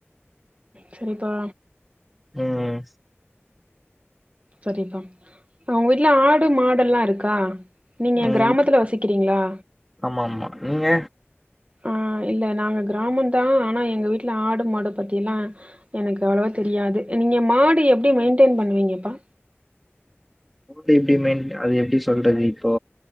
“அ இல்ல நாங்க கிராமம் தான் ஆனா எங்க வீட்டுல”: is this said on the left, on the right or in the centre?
Right